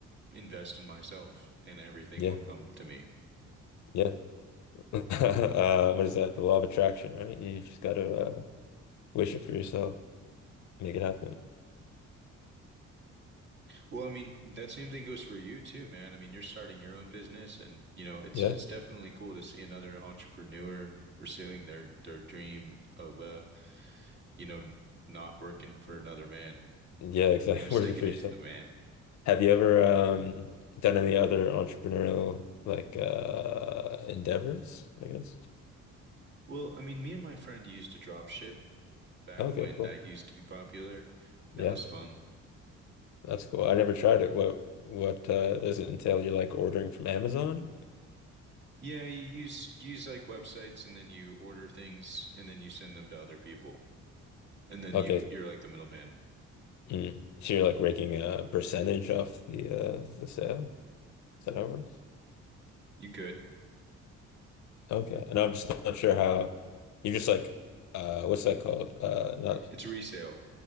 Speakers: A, on the right; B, on the left.
A: invest in myself and everything
B: Yeah,
A: will come to me.
B: yeah. <laughs> Uh, what is that? The law of attraction, right? You just got to uh, wish it for yourself, make it happen.
A: Well, I mean, that same thing goes for you too, man. I mean, you're starting your own business and you know, it's
B: Yeah,
A: it's definitely cool to see another entrepreneur pursuing their their dream of uh you know, not working for another man,
B: yeah, exactly.
A: you know, sticking
B: <laughs> Work it for
A: it
B: yourself.
A: to the man.
B: Have you ever um, done any other entrepreneurial like uh, endeavors, I guess?
A: Well, I mean, me and my friend used to drop ship back
B: Okay,
A: when
B: cool.
A: that used to be popular. That
B: Yeah.
A: was fun.
B: That's cool. I never tried it. What what uh, does it entail? You're like ordering from Amazon?
A: Yeah, you use use like websites and then you order things and then you send them to other people. And then
B: Okay.
A: you you're like the middleman.
B: Mm. So you're like raking a percentage off the uh the sale? Is that how it works?
A: You could.
B: Okay. And I'm just not sure how you're just like uh what's that called? Uh not
A: It's resale.